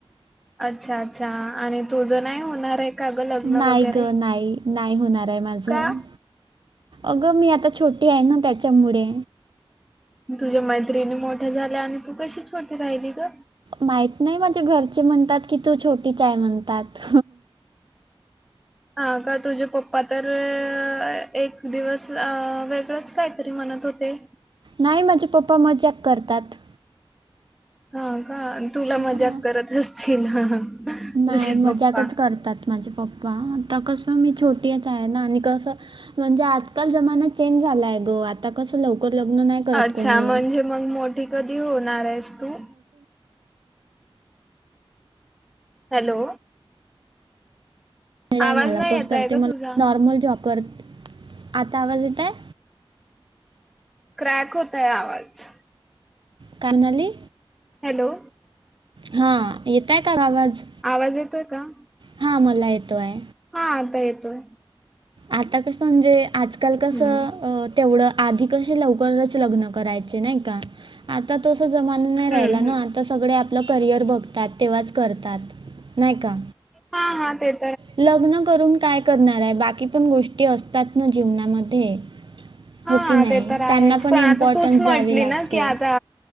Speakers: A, in the centre; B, on the right.
A: अच्छा अच्छा आणि तुझं नाही होणार आहे का ग लग्न
B: नाही
A: वगैरे,
B: गं, नाही. नाही होणार आहे माझं.
A: का?
B: अगं मी आता छोटी आहे ना त्याच्यामुडे.
A: तुझ्या मैत्रिणी मोठ्या झाल्या आणि तू कशी छोटी राहिली ग?
B: माहित नाही माझ्या घरचे म्हणतात की तू छोटीच आहे म्हणतात.
A: हा का तुझे पप्पा तर अ, एक दिवस अ वेगळंच काहीतरी म्हणत होते.
B: नाही माझे पप्पा मजाक करतात.
A: हा का, तुला
B: हां.
A: मजाक करत असतील. तुझे
B: नाही मजाकच
A: पप्पा.
B: करतात माझे पप्पा आता कसं मी छोटीच आहे ना आणि कस म्हणजे आजकाल जमाना चेंज झालाय ग, आता कस लव कर लग्न नाही करत
A: अच्छा
B: कोणी.
A: म्हणजे मग मोठी कधी होणार आहेस तू? हॅलो
B: ळाय
A: आवाज
B: मला
A: नाही
B: कोर्स
A: येत
B: करते
A: आहे ग
B: मला
A: तुझा
B: नॉर्मल जॉब करत, आता आवाज येत आहे?
A: क्रॅक होतय आवाज
B: काय म्हणाली,
A: हॅलो
B: हा येतय का आवाज?
A: आवाज येतोय का?
B: हा मला येतोय.
A: हा आता येतोय.
B: आता कस म्हणजे आजकाल कस
A: हम्म.
B: अ तेवढ आधी कशे लवकरच लग्न करायचे नाही का, आता तस जमाना नाही
A: हम्म
B: राहिला
A: हम्म
B: ना आता सगडे आपलं करियर बघतात तेव्हाच करतात, नाही का?
A: हा हा, तेच
B: लग्न करून काय करणार आहे, बाकी पण गोष्टी असतात ना जीवनामध्ये
A: हा
B: हो की नाही
A: ते तर आहेच,
B: त्यांना
A: पण
B: इम्पॉर्टन्स
A: आता तूच म्हटली
B: द्यावी लागते
A: ना की आता